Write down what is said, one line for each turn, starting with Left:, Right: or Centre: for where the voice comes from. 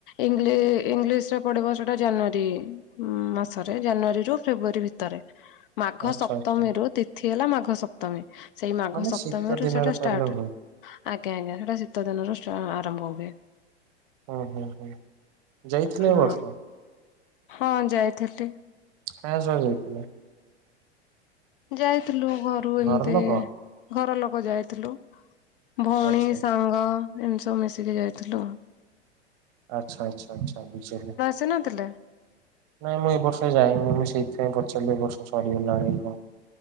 Left: ଇଂଲି ଇଂଲିଶ ରେ ପଡିବ ସେଟା ଜାନୁଆରୀ। ଉଁ ମାସରେ ଜାନୁଆରୀ ରୁ ଫେବୃଆରୀ ଭିତରେ। ମାଘ
Right: ଆଚ୍ଛା
Left: ସପ୍ତମୀରୁୁ
Right: ଆଚ୍ଛା।
Left: ତିଥି ହେଲା ମାଘ ସପ୍ତମୀ ସେଇ ମାଘ
Right: ମାନେ
Left: ସପ୍ତମୀରୁ
Right: ଶୀତ ଦିନରେ
Left: ସେଟା ଷ୍ଟାର୍ଟ।
Right: ତାହେଲେ ହୁଏ
Left: ଆଜ୍ଞା ଆଜ୍ଞା ସେଇଟା ଶୀତ ଦିନରୁ ଷ୍ଟା ଆରମ୍ଭ ହୁଏ।
Right: ହୁଁ ହୁଁ ହୁଁ ଯାଇଥିଲେ
Left: ହଁ
Right: ବର୍ଷ।
Left: ହଁ ଯାଇଥିଲି।
Right: କାହା ସହ ଯାଇଥିଲେ?
Left: ଯାଇଥିଲୁ ଘରୁ ଏମିତି
Right: ଘର ଲୋକ
Left: ଘର ଲୋକ ଯାଇଥିଲୁ। ଭଉଣୀ
Right: ଆଚ୍ଛା ଆଚ୍ଛା
Left: ସାଙ୍ଗ ଏମିତି ସବୁ ମିଶିକି ଯାଇଥିଲୁ ଆଉ।
Right: ଆଚ୍ଛା ଆଚ୍ଛା ଆଚ୍ଛା ବୁଝିଲେ।
Left: ସେ ନଦେଲେ।
Right: ନାଇଁ ମୁଁ ଏ ବର୍ଷ ଯାଇନି ମୁଁ ସେଇଥିପାଇଁ ପଚାରିଲି ଏ ବର୍ଷ ସରିଗଲାଣି କି କଣ?